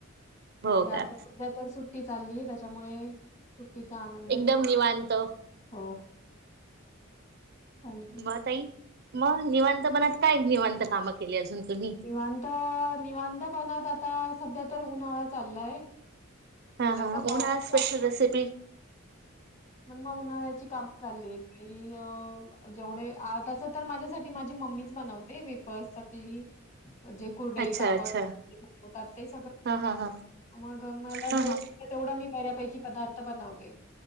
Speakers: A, on the left; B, on the right.
A: चाललय
B: हो
A: आता
B: का
A: सध्या तर सु ट्टी चालली त्याच्यामुळे सुट्टीचा आनंद घेत,
B: एकदम निवांत
A: हो. चालतंय.
B: मग तई मग निवांतपणत काय निवांत कामं केली अजून तुम्ही?
A: निवांत निवांतपणात आता सध्या तर उन्हाळा चाललाय.
B: हा
A: तसा
B: हा
A: पाऊस
B: उन्हाळा स्पेशल
A: चालू
B: रेसिपी
A: पण मग उन्हाळ्याची काम चालली आहेत आणि अ जेवढे अह तस तर माझ्यासाठी माझी मम्मीच बनवते वेपर्स, चकली जे कुरडई,
B: अच्छा
A: पापड,
B: अच्छा
A: सांडगे बनवतात ते सगळं
B: हा हा हा
A: मग मला
B: हा
A: <unintelligible>
B: हा
A: तेवढ मी बऱ्यापैकी पदार्थ बनवते.